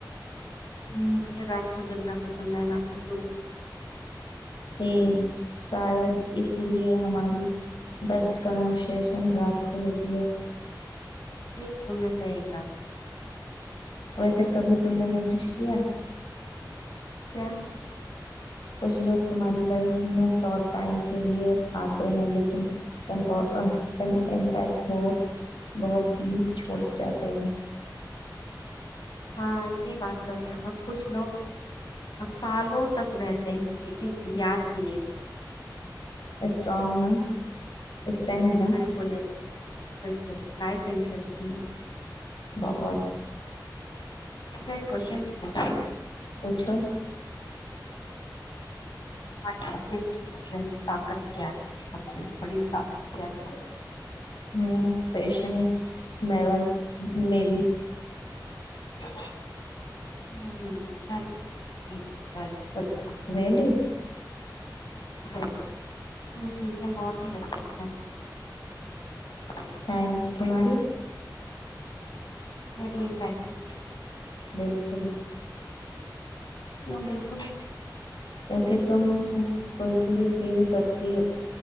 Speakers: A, on the left; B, on the left.
A: ہ مجھے رات کو جگنا پ پسند ہےم م تو
B: سے شاید اسی لیے ہماری بیسٹ کنورسیشن رات کو ہوتی ہے
A: یہ تم نہ صی گ
B: ویسے کبھی تم نے نوٹس کیا
A: کیا
B: کچھ لوگ تمہاری لائف میں شارٹ ٹائم کے لیے آتے ہیں لیکن امپیکٹ بہت بہت ڈیپ چھوڑ جاتے ہیں
A: ہاں یہ بات تو ہے اور کچھ لوگ نا سالوں تک رہتے ہیں لیکن یاد بھی نہیں رہتی
B: اسٹرانگ نا اسٹرینتھ نا
A: بالکل اس بالکل لائف انٹرسٹینگ ہے
B: بہت
A: ایک کویسچن پوچھو
B: اچھا
A: ہماری اسٹرنتھ طاقت کیا ہے سب سے بڑی طاقت کیا ہے
B: ہاں پیشنس لیول مے بھی
A: <unintelligible>
B: <unintelligible>
A: صحی ہے ہم چیزیں بہت ہی اچھے سے ہینڈل کر دیتی
B: تھینکس تمہاری
A: <unintelligible>
B: بالکل
A: کیوں بالکل
B: کیونکہ تم کوئیلی فیل کرتی